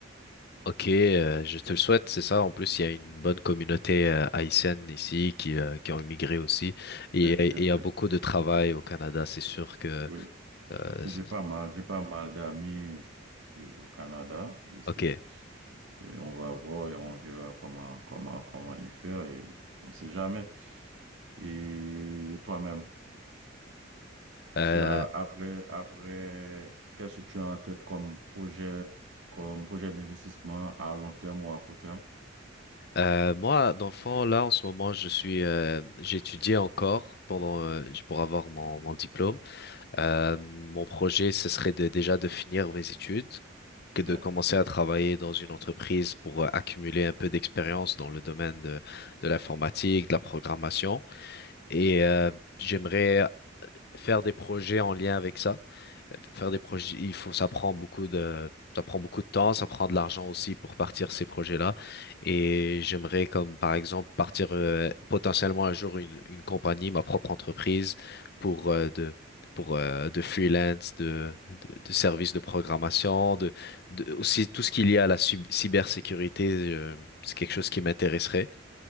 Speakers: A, on the left; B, on the right.
A: Ok, euh, je te le souhaite, c'est ça. En plus, il y a une bonne communauté euh, haïtienne ici qui, euh, qui ont immigré aussi. Et
B: Eh,
A: et et
B: bien
A: il
B: sûr,
A: y a beaucoup de travail au Canada, c'est sûr que...
B: oui.
A: euh,
B: J'ai
A: c-
B: pas mal, j'ai pas mal d'amis je- euh, au Canada, je sais.
A: ok.
B: Et on va voir et on verra comment, comment, comment y faire et on sait jamais. Et toi-même,
A: Euh,
B: tu as après, après, qu'est-ce que tu as en tête comme projet, comme projet d'investissement à long terme ou à court terme?
A: euh, moi, dans le fond, là, en ce moment, je suis... Euh, j'étudie encore pendant, euh, pour avoir mon, mon diplôme. Euh, mon projet, ce serait de- déjà de finir mes études. que
B: Bien,
A: de commencer à travailler dans une entreprise pour euh, accumuler un peu d'expérience dans le domaine de, de l'informatique, de la programmation. Et euh, j'aimerais faire des projets en lien avec ça. Faire des projets, il faut, ça prend beaucoup de, ça prend beaucoup de temps, ça prend de l'argent aussi pour partir ces projets-là. Et j'aimerais comme par exemple partir euh, potentiellement un jour une, une compagnie, ma propre entreprise pour euh, de pour euh, de freelance, de, de, de services de programmation, de, de aussi tout ce qu'il y a à la sub- cybersécurité, euh, c'est quelque chose qui m'intéresserait.